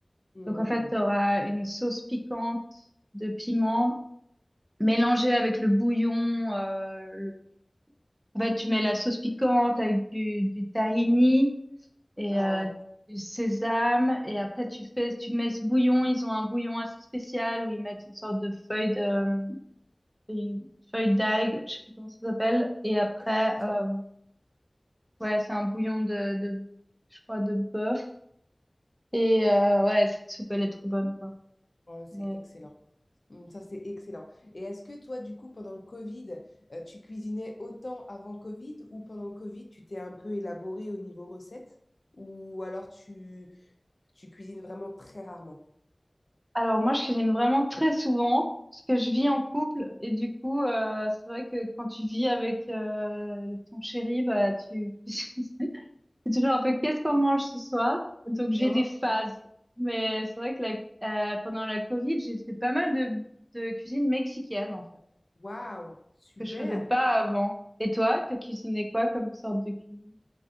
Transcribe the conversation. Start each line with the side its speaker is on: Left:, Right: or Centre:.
Left: Mm.
Right: Donc, en fait, tu auras une sauce piquante de piment mélangée avec le bouillon. euh, le- En fait, tu mets la sauce piquante avec du, du tahini et
Left: Ah,
Right: euh, du sésame. Et après, tu fais, tu mets ce bouillon. Ils ont un bouillon assez spécial où ils mettent une sorte de feuille de, une feuille d'algue, je sais plus comment ça s'appelle. Et après,
Left: je-
Right: euh, Ouais, c'est un bouillon de, de, je crois, de bœuf. Et euh, ouais, cette soupe, elle est trop bonne, quoi.
Left: oh, c'est
Right: Mais...
Left: excellent. Mm, Ça, c'est excellent. Et est-ce que toi, du coup, pendant le Covid, euh, tu cuisinais autant avant Covid ou pendant le Covid, tu t'es un peu élaboré au niveau recette ou alors tu, tu cuisines vraiment très rarement?
Right: Alors moi, je cuisine vraiment très souvent, parce que je vis en couple. Et du coup, euh, c'est vrai que quand tu vis avec euh, ton chéri, bah, tu... <laughs> c'est toujours un peu qu'est-ce qu'on mange ce soir. Donc j'ai
Left: Oh,
Right: des phases. Mais c'est vrai que la- euh, pendant la Covid, j'ai fait pas mal de, de cuisine mexicaine, en fait,
Left: waouh, super.
Right: que je faisais pas avant. Et toi, t'as cuisiné quoi comme sorte de cuisine?